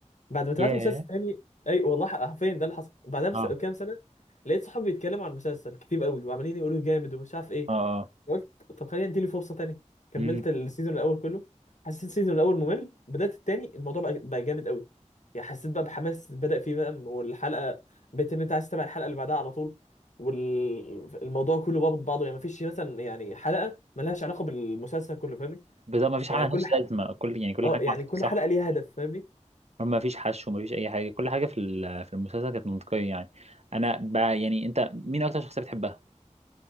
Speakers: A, on the left (about 70°); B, on the right (about 60°).
A: بعد ما تابعت
B: ياه
A: مسلسل تاني اي والله حرفيا ده اللي حصل بعدها بس...
B: اه
A: بكام سنه لقيت صحابي بيتكلموا عن المسلسل كتير قوي وعمالين يقولوا جامد ومش عارف ايه
B: اه اه
A: قلت طب خلينا اديله فرصه تانية كملت
B: مم.
A: السيزون الاول كله حسيت السيزون الاول ممل بدات التاني الموضوع بقى, بقى جامد قوي يعني حسيت بقى بحماس بدا فيه بقى والحلقه بقيت ان انت عايز تتابع الحلقه اللي بعدها على طول والموضوع كله بابط بعضه يعني مفيش مثلا يعني حلقه ملهاش علاقه بالمسلسل كله فاهمني
B: بالظبط مفيش حاجة
A: يعني
B: ملهاش
A: كل ح...
B: لازمة كل يعني كل
A: اه
B: حاجة
A: يعني
B: محطوطة
A: كل
B: صح
A: حلقه ليها هدف فاهمني
B: مفيش حشو مفيش أي حاجة كل حاجة في ال- في المسلسل كانت منطقية يعني أنا ب... يعني أنت مين أكتر شخصية بتحبها؟